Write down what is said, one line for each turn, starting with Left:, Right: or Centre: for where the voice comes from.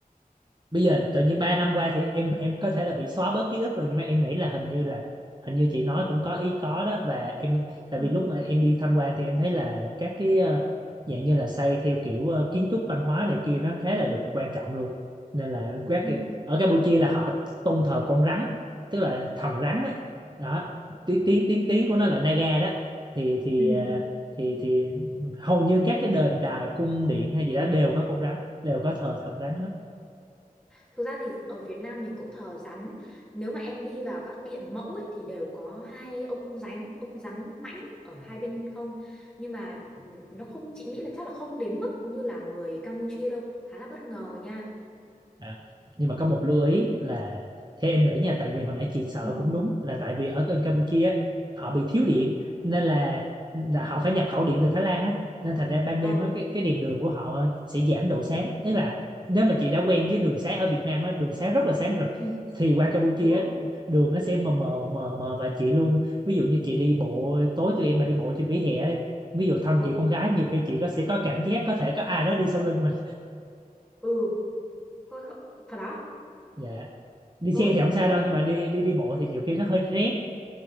Right: bây giờ tự nhiên 3 năm qua thì em em có thể là bị xóa bớt ký ức rồi nhưng mà em nghĩ là hình như là hình như chị nói cũng có ý có đó và em tại
Centre: Ừ.
Right: vì lúc mà em đi tham quan thì em thấy là các cái ờ, dạng như là xây theo kiểu ờ, kiến trúc văn hóa này kia nó khá là được quan trọng luôn nên là các
Centre: Ừ.
Right: kiểu, ở Campuchia là họ tôn thờ con rắn tức là thần rắn đó, đó. tiếng tiếng tiếng tiếng của nó là Naga đó thì thì
Centre: Ừ.
Right: ờ, thì thì hầu như các cái đền đài cung điện hay gì đó đều có con rắn đều có thờ thần rắn
Centre: Thực ra thì ở Việt Nam mình cũng thờ rắn. Nếu mà em đi vào các điện mẫu ấy, thì đều có hai ông rắn, ông rắn mãnh ở hai bên hông. Nhưng mà ừm, nó không chị nghĩ là chắc là không đến mức như là người Campuchia đâu, khá là bất ngờ nha.
Right: À, nhưng mà có một lưu ý là theo em nghĩ nha tại vì hồi nãy chị sợ
Centre: Ừ.
Right: cũng đúng là tại vì ở bên Campuchia á, họ bị thiếu điện nên là là họ phải nhập khẩu điện từ Thái Lan á nên thành ra ban đêm
Centre: Ờ,
Right: á cái cái đèn đường của họ sẽ giảm độ sáng tức là nếu mà chị đã quen với đường sáng ở Việt Nam á đường sáng rất là sáng rồi
Centre: ừ,
Right: thì qua Campuchia
Centre: đúng rồi.
Right: á, đường nó sẽ mờ mờ mờ mờ và chị luôn ví dụ như chị đi bộ tối tụi em mà đi bộ trên vỉa hè á, ví dụ thân
Centre: Ừ,
Right: chị con gái nhiều khi chị có sẽ có cảm giác có thể có ai đó đi sau lưng mình
Centre: ừ, thôi, thôi- thật đó.
Right: dạ đi xe
Centre: Thôi
Right: thì không
Centre: nghe
Right: sao đâu nhưng mà đi đi đi bộ thì nhiều khi nó hơi rén